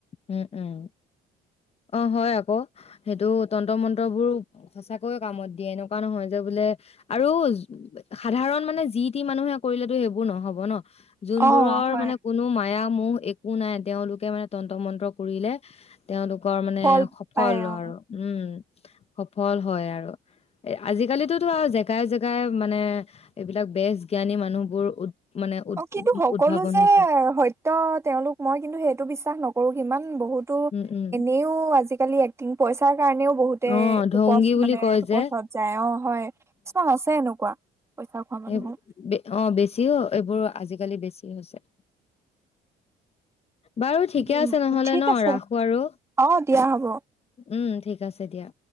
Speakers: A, on the left; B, on the right.
A: উম উম, অঁ হয় আকৌ, সেইটো তন্ত্ৰ মন্ত্ৰবোৰ সঁচাকৈয়ে কামত দিয়ে, এনেকুৱা নহয় যে বোলে, আৰু সাধাৰণ মানে যি টি মানুহে কৰিলেতো সেইবোৰ নহব ন যোনবোৰৰ
B: অ' হয়
A: মানে কোনো মায়া মো একো নাই, তেওঁলোকে মানে <unintelligible> কৰিলে তোওলোক গৰ মানে
B: ফল
A: সফল
B: পায় অ'।
A: আৰু, উম। সফল হয় আৰু, এ আজিকালিতোতো আৰু জেগাই জেগাই মানে এইবিলাক বেচ জ্ঞানী মানুহবোৰ মানে উদ
B: অ' কিন্তু সকলো
A: উদ্ভাৱন
B: যে
A: হৈছে
B: সত্য তেওঁলোক মই কিন্তু সেইটো বিশ্বাস নকৰো কিমান বহুতো,
A: উম উম
B: এনেও আজিকালি এক্টিং পইচ কাৰণেও বহুতে‌'
A: অ ঢংগী
B: পথ
A: বুলি
B: মানে
A: কয় যে
B: পথত যায়, অঁ হয়, কিছুমান আছে এনেকুৱা। পইচা খোৱা মানুহো
A: অঁ বেছিও এইবোৰো আজিকালি বেছি হৈছে। বাৰু ঠিকে
B: উম
A: আছে নহ'লে
B: ঠিক
A: ন,
B: আছে
A: ৰাখো আৰু,
B: অ দিয়া হ'ব
A: উম ঠিক আছে দিয়া।